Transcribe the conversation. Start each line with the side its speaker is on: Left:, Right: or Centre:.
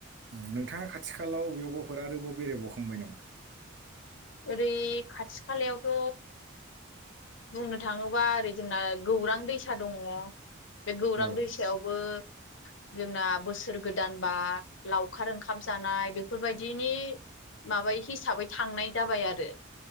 Right: ओं नोंथाङा खाथि खालाव बेयावबाफोर आरोबाव बेरायबावखांबाय नामा?
Left: ओरै खाथि खालायावथ' बुंनो थाङोबा ओरै जोंना गौरां दैसा दङ बे गौरां
Right: औ
Left: दैसायावबो
Right: <inaudible> <unintelligible>
Left: जोंना बोसोर गोदानबा लावखार ओंखाम जानाय बेफोरबायदिनि माबायै हिसाबै थांनाय जाबाय आरो